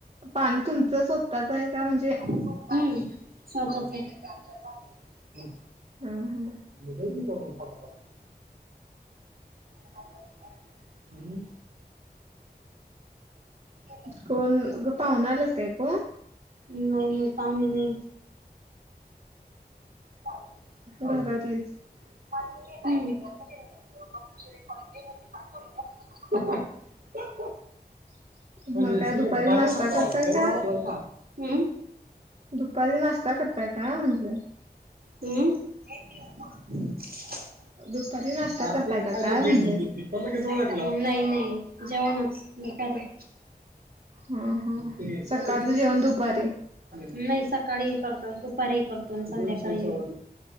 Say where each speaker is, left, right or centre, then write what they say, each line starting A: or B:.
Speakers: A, on the right; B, on the right.
A: पाणी तुमचं स्वतःचं आहे का म्हणजे,
B: हम स्वतःच आहे.
A: हा हा.
B: मजे करून <unintelligible> <unintelligible> हम् <unintelligible>
A: कोण आग पाहुणा आलात काय कोण?
B: नाही नाही पाहुणे नाही. चालेल.
A: घरातलीच
B: हम. ह <inaudible>
A: <inaudible>
B: म्हणजे
A: काय
B: सिलेक्ट
A: दुपारी
B: झाले
A: नाश्ता
B: ना कॉल
A: करताय
B: त्या्याला
A: का?
B: महत आहे ना. हम
A: दुपारी नाष्टा करताय का म्हंटलं.
B: हम. <unintelligible>
A: दुपारी नाष्टा
B: हा
A: करताय
B: ते पाहिलं
A: का काय
B: भेंडी
A: म्हणलं.
B: गिंडी नाही नाही जेवणच दुपारी.
A: हा हा
B: ते
A: सकाळचं
B: काय.
A: जेवण दुपारी
B: नाही सकाळी करतो दुपारीही करतो संध्याकाळी चौ